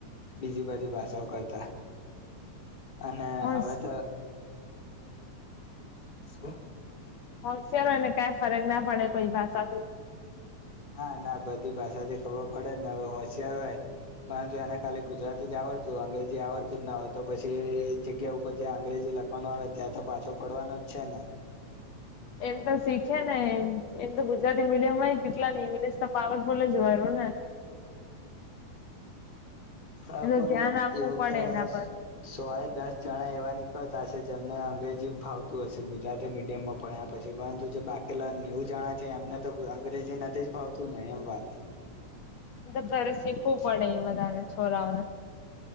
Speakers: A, on the left; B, on the left.
A: બીજી બાજુ ભાષાઓ કરતા અને
B: હોશ
A: હવે તો <unintelligible>
B: હોશિયાર હોને કઈ ફરક ના પડે કોઈ ભાષાથી
A: નાા ના બધી ભાષા થી ખબર પડે ને હવે હોશિયાર હોય પરંતુ એને ખાલી ગુજરાતી જ આવડતું અંગ્રેજી આવડતું જ ના હોય તો પછી એ જગ્યા ઉપર જ અંગ્રેજી લખવાનું આવે ત્યાં તો પાછું પડવાનું જ છે, ને
B: એમ તો શીખે ને એમ તો ગુજરાતી મીડિયમ માં કેટલા નઈ ઇંગ્લિશ તો પાવત બોલે જવાયનું ને હા
A: <unintelligible> હા,
B: એ
A: પણ
B: તો ધ્યાન આપવું
A: એવું
B: પડે
A: તો
B: એના પર
A: સોય દસ ચણા એવા નીકળતા હશે, જેમને અંગ્રેજી ફાવતું હશે ગુજરાતી મીડિયમમાં ભણ્યા પછી પરંતુ જે બાકી લા નેવું જણા છે એમને તો અંગ્રેજી નથી જ ભાવતું ને એમ વાત
B: ત્યારે શીખવું પડે એ બધાને છોરાઓને